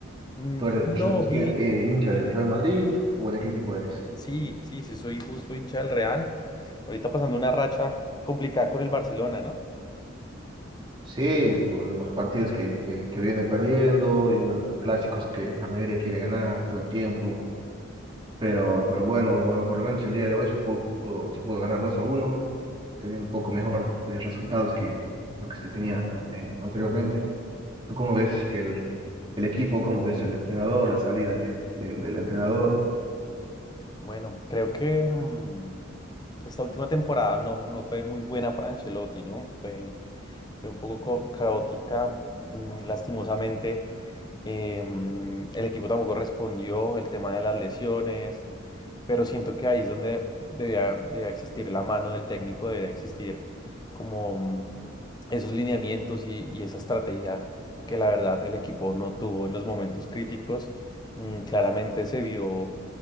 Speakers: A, on the left; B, on the right.
A: Mm,
B: tú eres
A: No,
B: re-
A: vi.
B: eh, hincha del Real Madrid o de qué equipo eres?
A: Sí, sí, sí, soy justo hincha del Real. Ahorita pasando una racha complicada con el Barcelona, ¿no?
B: Sí, con los partidos que, que, que viene perdiendo y bueno, son clásicos que la mayoría quiere ganar todo el tiempo. Pero, pero bueno, bueno, por lo menos el día de hoy se pudo, se pudo ganar dos a uno que viene un poco mejor de resultados que lo que se tenía an- eh, anteriormente. ¿Tú cómo ves el, el equipo? ¿Cómo ves al entrenador? La salida de- del del entrenador.
A: Bueno, creo que mm, Esta última temporada no, no fue muy buena para Ancelotti, ¿no? Fue, fue un poco co- caótica, mm, lastimosamente. Eh, mm, el equipo tampoco respondió, el tema de las lesiones. pero siento que ahí es donde debía, debía existir la mano del técnico, debía existir como mm, esos lineamientos y, y esa estrategia que la verdad el equipo no tuvo en los momentos críticos. Mm, claramente se vio